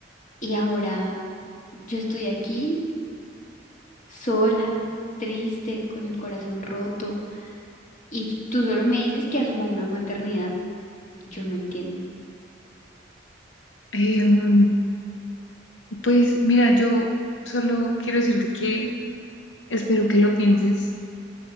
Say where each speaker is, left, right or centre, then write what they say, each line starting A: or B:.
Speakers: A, on the left (about 45°); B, on the left (about 85°).
A: Y ahora yo estoy aquí sola, triste, con el corazón roto. Y tú solo me dices que asuma una maternidad. Yo no entiendo.
B: Em, pues mira, yo solo quiero decirte que espero que lo pienses